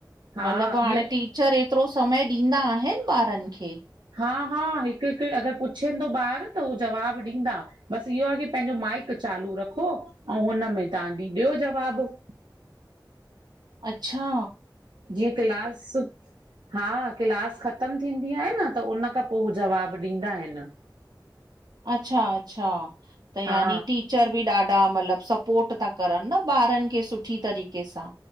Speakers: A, on the right; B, on the right.
A: हा
B: मतलबु हाणे
A: इहा
B: टीचर एतिरो समय ॾींदा आहिनि ॿारनि खे?
A: हा हा हिकु हिकु अगरि पुछ थो ॿार त उहो जवाबु ॾींदा बसि इहो आहे की पंहिंजो माइक चालू रखो ऐं हुनमें तव्हांजी ॾियो जवाबु।
B: अचछा।
A: जीअं क्लास हा, क्लास ख़तम थींदी आहे न त उन खां पो हू जवाबु ॾींदा आहिनि।
B: अच्छा- अच्छा त यानी
A: हा
B: कि टीचर बि ॾाढा मतलबु स्पोर्ट ता करनि न ॿारनि खे सुठी तरीक़े सां,